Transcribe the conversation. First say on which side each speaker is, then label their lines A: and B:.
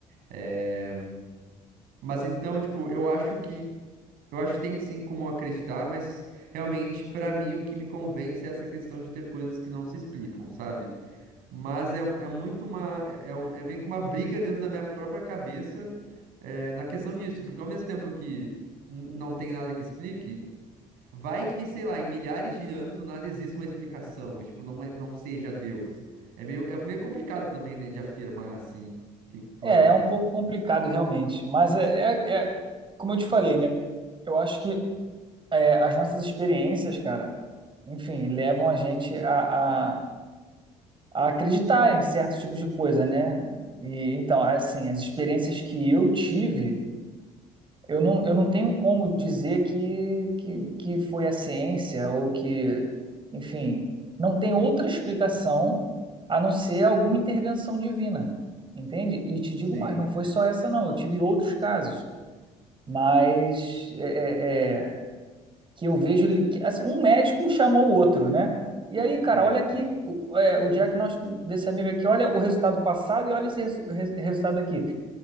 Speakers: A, on the right; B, on the right.
A: É, Mas então, tipo, eu acho que Eu acho que tem sim como acreditar, mas realmente, pra mim, o que me convence é essa questão de ter coisas que não se explicam, sabe? Mas é, é muito uma. É, é um- é meio que uma briga dentro da minha própria cabeça, é, na questão disso, porque ao mesmo tempo que n- não tem nada que explique, vai que, sei lá, em milhares de anos do nada existe uma explicação, e, tipo, não, é- não seja Deus. É meio, é meio complicado também, né, de afirmar assim. O que que tu
B: É,
A: acha?
B: é um pouco complicado realmente, mas é, é, é como eu te falei, né? Eu acho que é, as nossas experiências, cara, enfim, levam a gente a, a, a acreditar em certos tipos de coisa, né? E então, assim, as experiências que eu tive, eu não, eu não tenho como dizer que, que, que foi a ciência ou que, enfim, não tem outra explicação a não ser alguma intervenção divina, entende? E te digo
A: Sim,
B: mais, não foi só essa, não. Eu tive outros casos, mas é, é, é, que eu vejo que assim, um médico chamou o outro, né? E aí, cara,
A: sim.
B: olha aqui o, é, o diagnóstico desse amigo aqui, olha o resultado passado e olha esse resu- res- resultado aqui.